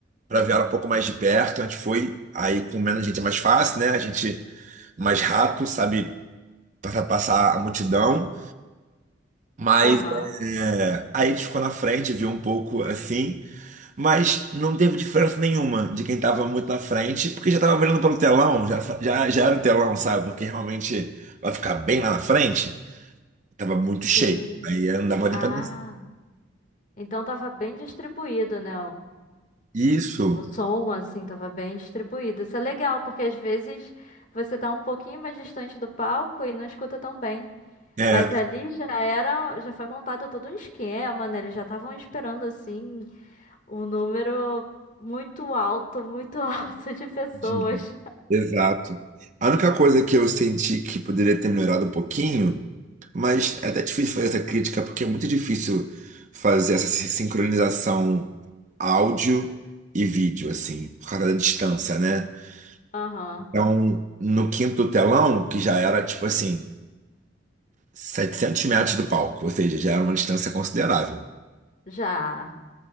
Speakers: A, on the right (about 40°); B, on the left (about 40°).
A: pra ver ela um pouco mais de perto. A gente foi, aí com menos gente é mais fácil, né? A gente mais rápido, sabe passar, passar a multidão, mas
B: aham.
A: é, aí a gente ficou na frente, viu um pouco assim, mas não teve diferença nenhuma de quem tava muito na frente, porque já tava olhando pelo telão, já, já, já era o telão, sabe? Porque realmente vai ficar bem lá na frente. Tava muito
B: Sim.
A: cheio. Aí eu não dava
B: Ah,
A: nem pra dançar.
B: então tava bem distribuído, né?
A: Isso.
B: O som, assim, tava bem distribuído. Isso é legal, porque às vezes você tá um pouquinho mais distante do palco e não escuta tão bem.
A: É.
B: Mas ali já era, já foi montado todo um esquema, né? Eles já estavam esperando, assim, um número muito alto, muito <laughs> alto de pessoas.
A: Uhum. Exato. A única coisa que eu senti que poderia ter melhorado um pouquinho, mas é até difícil fazer essa crítica, porque é muito difícil fazer essa sin- sincronização áudio e vídeo, assim, por causa da distância, né?
B: Aham,
A: Então, no quinto telão, que já era, tipo assim, 700 metros do palco, ou seja, já era uma distância considerável.
B: já.